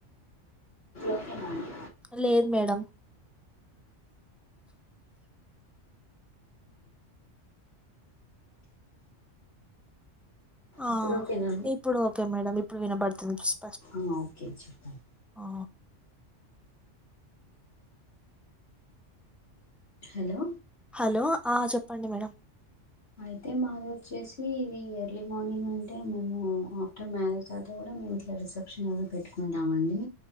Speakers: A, on the left; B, in the centre.
A: ఓకేనా అండి
B: లేద్ మేడమ్ ఆ
A: ఇప్పుడు ఓకేనా
B: ఇప్పుడో ఒకే మేడమ్ ఇప్పుడు వినబడుతుంది <unintelligible>
A: ఆ ఒకే చెప్పండ్
B: ఆ
A: హలో
B: అలో ఆ చెప్పండి మేడమ్
A: అయితే మాది వచ్చేసీ ఇది ఎర్లీ మార్నింగ్ అంటే మేము ఆఫ్టర్ మ్యారేజ్ దాకా కూడా మేము ఇట్లా రిసెప్షన్ అవి పెట్టుకుంటామండీ